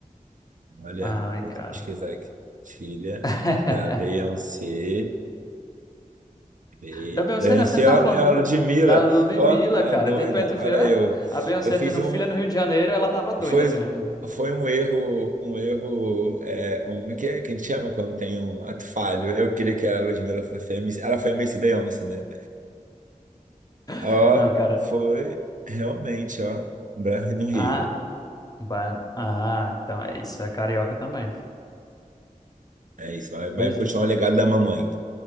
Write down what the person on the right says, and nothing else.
Olha,
vou
até pesquisar aqui. Filha
da Beyoncé. Be-
Beyoncé,
ó,
é a Ludmilla.
Ó, a
doida.
Olha
eu.
Eu fiz
um.
Foi,
foi um erro. Um erro. É, um, que, é que a gente chama quando tem um ato falho? Eu queria que a Ludmilla fosse. a MC Ela foi a MC Beyoncé, né?
Ó,
foi realmente, ó. Bra- No Rio.
É isso. Vai, vai
continuar o legado da mamãe.